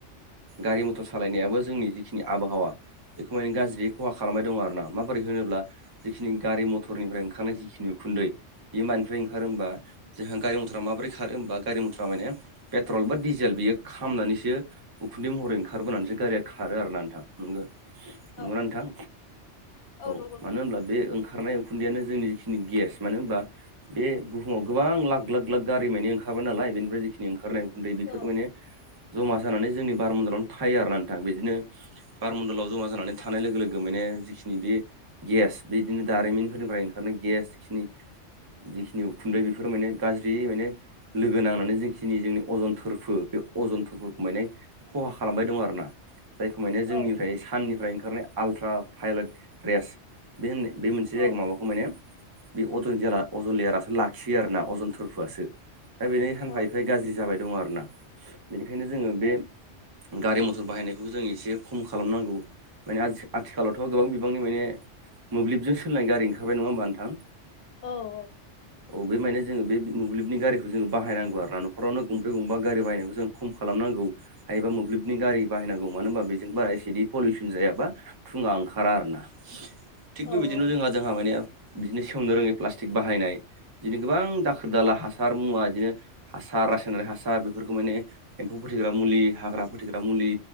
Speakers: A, on the right (about 25°); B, on the left (about 75°).
A: गारि मथर सालायनायाबो जोंनि जिखिनि आबहावा बेखौ माने गाज्रि खहा खालामबाय दं आरो ना माबोरै होनोब्ला जिखिनि गारि मथरनिफ्राय ओंखारनाय जिखिनि उखुन्दै बे मानिफ्राय ओंखार होमबा जोंहा गारि मथरा माबोरै खारो होमबा गारि मथरा माने पेट्रल बा डि जेल बियो खामनानैसो उखुन्दै महरै ओंखारबोनानैसो गारिया खारो आरो ना नोंथां नोंगो
B: औ
A: नंगौ ना नोंथां औ
B: नंगौ नोंथां
A: मानो होनब्ला बे ओंखारनाय उखुन्दैयानो जोंनि जिखिनि गेस मानो होनबा बे बुहुमाव गोबां लाख लाख लाख गारि मानि ओंखाराबाय नालाय बेनिफ्राय जिखिनि ओंखारनाय उखुन्दै बेफोर
B: औ
A: ने जमा जानानै जोंनि बारमण्डलावनो थायो आरो ना नोंथां बिदिनो बारमण्डलाव जमा जानानै थानाय लोगो लोगो माने जिखिनि बे गेस बिदिनो दारिमिनफोरनिफ्राय ओंखारनाय गेस जिखिनि जिखिनि उखुन्दै बेफोराव माने गाज्रि माने लोगो नांनानै जखिनि जोंनि अजन थोर फु बे अजनफोरखौ माने खहा खालामबाय दं आरोना जायखौ माने
B: औ
A: जोंनिफ्राय साननिफ्राय ओंखारनाय आल्ट्रा भायलाइट रेस बे होननाय बे मोनसे
B: औ
A: जायगा माबाखौ माने बे अजन जे अजन लेयारासो लाखियो आरोना अजन थोरफोआसो दा बेनि सानफा
B: औ
A: एफाय गाज्रि ज्रि जाबाय दङ आरोना बेनिखायनो जोङो
B: औ
A: बे गारि मथर बाहायनायखौबो जों एसे खम खालामनांगौ माने आथिखालावथ' गोबां बिबांनि माने मोब्लिबजों सोलाय गारि ओंखारबाय नङा होमबा नोंथां
B: औ औ
A: औ बे माने जोङो बे मोब्लिबनि गारिखौ जो बायनांगौ आरो न'खरावनो गंबै गंबा गारि बायनायखौ जों खम खालामनांगौ हायोबा मोब्लिबनि गारि बाहायनांगौ मानो होनबा बेजों बारा इसेदि पलिउसन जायाबा थुङा ओंखारा आरो ना थिग बेबायदिनो
B: औ नंगौ
A: जोंहा जोंहा माने बिदिनो सेवनो रोङि प्लास्टिक बाहायनाय बिदिनो गोबां दाखोर दाला हासार मुवा बिदिनो हासार रासायनारि हासार बेफोरखौ माने एम्फौ फोथैग्रा मुलि हाग्रा फोथैग्रा मुलि